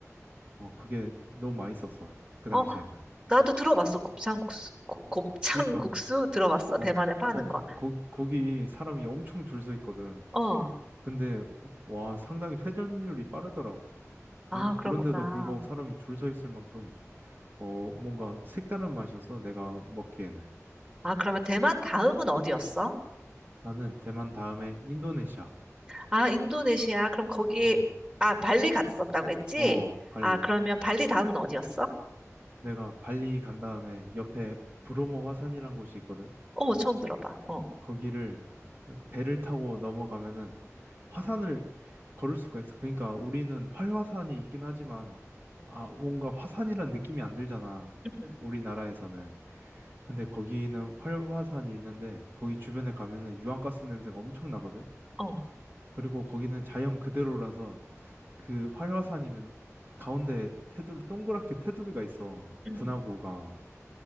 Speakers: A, on the right; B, on the right.
A: 어 그게 너무 맛있었어. 그 당시에는.
B: 어. 나도 들어봤어. 곱창국수. 고- 곱창국수
A: 그러니까
B: 들어봤어. 대만에
A: 어,
B: 파는
A: 어, 거,
B: 거.
A: 거, 거기 사람이 엄청 줄 서 있거든.
B: 어.
A: 근데, 와, 상당히 회전율이 빠르더라고. 그래,
B: 아, 그렇구나.
A: 그런데도 불구하고 사람이 줄 서 있을 만큼, 어, 뭔가 색다른 맛이었어, 내가 먹기에는.
B: 아, 그러면 대만 다음은 어디였어?
A: 나는 대만 다음에 인도네시아.
B: 아, 인도네시아. 그럼 거기,
A: 어,
B: 아, 발리 갔었다고 했지?
A: 어, 발리.
B: 아, 그러면 발리 다음은 어디였어?
A: 내가 발리 간 다음에 옆에 브로모 화산이란 곳이 있거든.
B: 어, 처음 들어봐. 어.
A: 거기를 배를 타고 넘어가면은 화산을 걸을 수가 있어. 그러니까 우리는 활화산이 있긴 하지만 아 뭔가 화산이란 느낌이 안 들잖아.
B: 음.
A: 우리나라에서는. 근데 거기는 활화산이 있는데 거기 주변에 가면은 유황가스 냄새가 엄청 나거든.
B: 어.
A: 그리고 거기는 자연 그대로라서 그 활화산이면 가운데 테두리 동그랗게 테두리가 있어.
B: 음.
A: 분화구가.